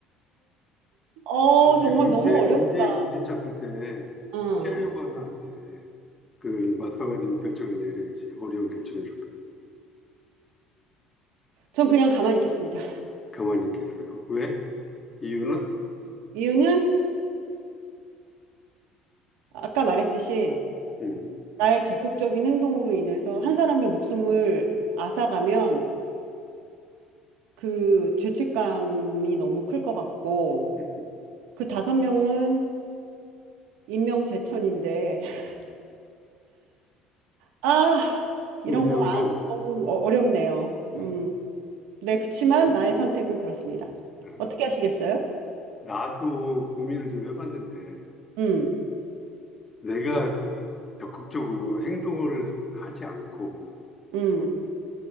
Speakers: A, on the right (about 85°); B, on the left (about 20°).
A: 어,
B: 문제,
A: 정말
B: 문제,
A: 너무 어렵다.
B: 문제에 부딪혔을 때
A: 어,
B: 피하려고 하면 안 돼. 그걸 맞서가지고 결정을 내려야지. 어려운 결정이라도.
A: 전 그냥 가만히 있겠습니다.
B: 가만히 있겠어요. 왜? 이유는
A: 이유는 아까 말했듯이
B: 음,
A: 나의 적극적인 행동으로 인해서 한 사람의 목숨을 앗아가면 그 죄책감이 너무 클 것 같고
B: 음,
A: 그 다섯 명은 인명재천인데 <laughs>
B: 음.
A: 아 이런
B: 운명론.
A: 거 아, 너무 어- 어렵네요.
B: 어,
A: 음, 네 그치만 나의 선택은 그렇습니다.
B: 어.
A: 어떻게 하시겠어요?
B: 나도 고민을 좀 해봤는데
A: 음,
B: 내가 적극적으로 행동을 하지 않고
A: 음,